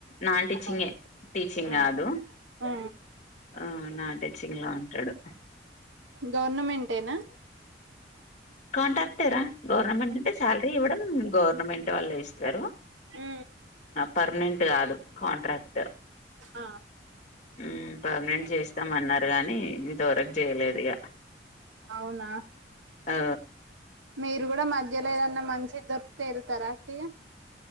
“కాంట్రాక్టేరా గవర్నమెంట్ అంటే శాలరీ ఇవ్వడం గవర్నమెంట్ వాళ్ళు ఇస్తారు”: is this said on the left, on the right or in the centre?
Left